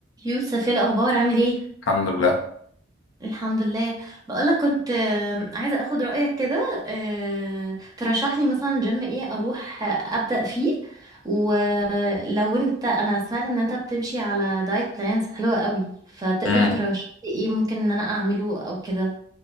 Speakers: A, on the right; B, on the left.
A: يوسف ايه الاخبار عامل ايه
B: الحمد لله
A: الحمد لله بقولك كنت آه، عايزه اخد رايك كده آه، ترشح لي مثلا جيم ايه اروح آه، ابدا فيه ولو انت انا سمعت ان انت بتمشي على دايت بلانز حلوه قوي فتقدر
B: امم
A: ترشح لي ايه ممكن ان انا اعمله او كده